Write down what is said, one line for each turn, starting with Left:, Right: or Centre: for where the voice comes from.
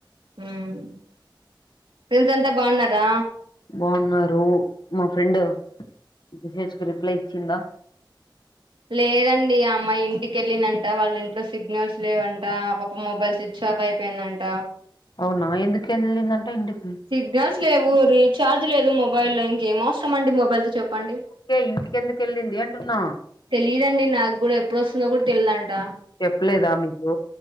Right: ఉమ్ ఫ్రెండ్స్ అంతా బాగున్నారా
Left: బాగున్నారు మా ఫ్రెండ్ మీసేజకి రిప్లై ఇచ్చిందా
Right: లేదండి అమ్మాయి ఇంటికెళ్ళిందంట వాళ్ళ ఇంట్లో సిగ్నల్స్ లేవంట ఆ పాప మొబైల్ స్విచ్ ఆఫ్ అయిపోయిందంట
Left: అవునా ఎందుకు ఏలిదంత అంటా ఇంటికి
Right: సిగ్నల్ లేవు ను రీచార్జ్ లేదు మొబైల్ లో ఇంక అవసరం అండి మొబైల్ తో చెప్ప పండి
Left: ఓకే ఇంటికి ఎందుకు వెళ్ళింది అంటున్నా
Right: తెలియదు అండి నాకు కూడా ఎప్పుడు వస్తుందో తెల్లడండి
Left: చెప్పలేదా మీకు